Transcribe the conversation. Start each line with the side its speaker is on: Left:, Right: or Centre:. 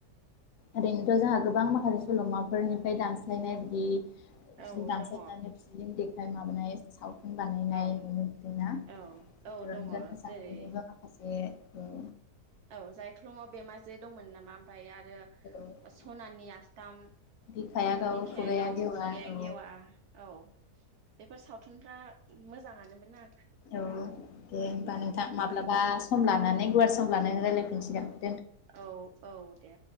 Left: ओरैनोथ' जोंहा गोबां माखासे सल'मा फोरनिफ्राय दानस्लायनाय बिदि फिल्म
Right: औ
Left: दानस्लायनानै
Right: दङ
Left: फिल्म देखाय ओमफाय माबानाय साउथु न बानायनाय
Right: औ
Left: नुनो मोनदोंना चितरन्जन
Right: औ औ दङ
Left: मोसाहारिनिबो
Right: जेरै
Left: माखासे औ
Right: औ जायखौ सिुफ्लङाव बेमाजे दंमोन नामा ओमफ्राय आरो
Left: औ
Right: सनानि आस्थाम
Left: बिखाया गावो
Right: बिखायाव
Left: खुगाया
Right: गावो
Left: गेवा
Right: खुगाया
Left: औ
Right: गेवा औ बेफोर सावथुनफ्रा मोजां मोजांआनो मोना
Left: औ दे होनबा नोंथां माब्लाबा सम लानानै माने गुवार सम लानानै रायलाय फिनसिगोन।
Right: औ औ दे।